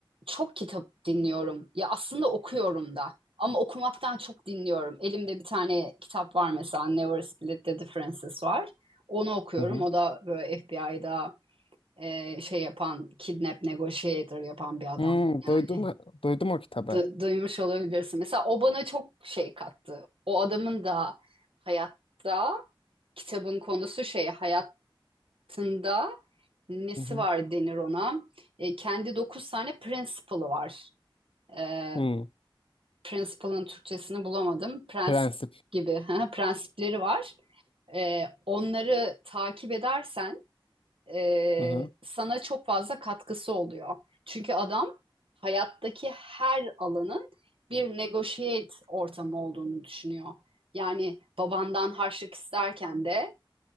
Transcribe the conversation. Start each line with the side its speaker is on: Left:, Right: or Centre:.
Right: çok kitap dinliyorum. Ya aslında okuyorum da. Ama okumaktan çok dinliyorum. Elimde bir tane kitap var mesela Never Split the Differences var. Onu okuyorum.
Left: Hı hı.
Right: O da böyle FBI'da şey yapan, kidnap negotiator yapan bir adam.
Left: Hmm,
Right: Yani
Left: duydum duydum o kitabı.
Right: du- duymuş olabilirsin. Mesela o bana çok şey kattı. O adamın da hayatta kitabın konusu şey hayat hayatında nesi
Left: Hı hı.
Right: var denir ona? E, kendi dokuz tane principle'ı var. E,
Left: Hmm,
Right: principle'ın Türkçesini bulamadım. Prensip
Left: prensip.
Right: gibi <laughs> prensipleri var. E, onları takip edersen e,
Left: Hı hı.
Right: sana çok fazla katkısı oluyor. Çünkü adam hayattaki her alanın bir negotiate ortamı olduğunu düşünüyor. Yani babandan harçlık isterken de